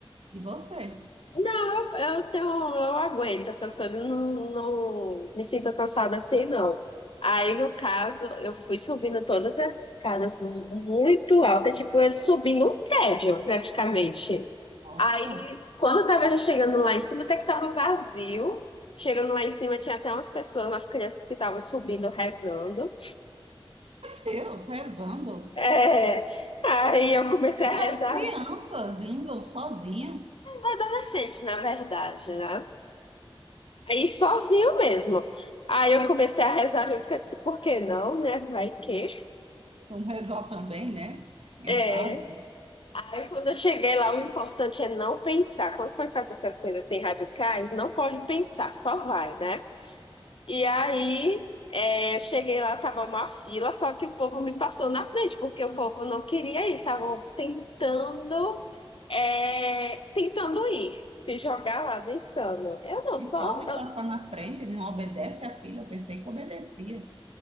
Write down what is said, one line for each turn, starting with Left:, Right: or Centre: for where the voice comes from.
Right: E você?
Left: Não, eu, eu tenho, eu aguento essas coisas, eu não, não me sinto cansada assim, não. Aí, no caso, eu fui subindo todas essas escadas muito alta, tipo, eu subindo um prédio, praticamente.
Right: Nossa,
Left: Aí, quando eu tava já chegando lá em cima, até que tava vazio. Chegando lá em cima, tinha até umas pessoas, umas crianças que estavam subindo, rezando.
Right: Deus, rezando.
Left: É, aí eu comecei a
Right: E
Left: rezar,
Right: as crianças indo sozinha.
Left: adolescente, na verdade, né? Aí sozinho mesmo. Aí eu comecei a rezar junto, porque eu disse, por que não, né? Vai que.
Right: Vamos rezar também, né? Quem
Left: É.
Right: sabe?
Left: Aí quando eu cheguei lá, o importante é não pensar. Quando for fazer essas coisas assim radicais, não pode pensar, só vai, né? E aí é, eu cheguei lá, tava uma fila, só que o povo me passou na frente, porque o povo não queria ir, estavam tentando, é, tentando ir, se jogar lá no insano. Eu não,
Right: E
Left: só.
Right: pode passar na frente, não obedece à fila. Eu pensei que obedecia.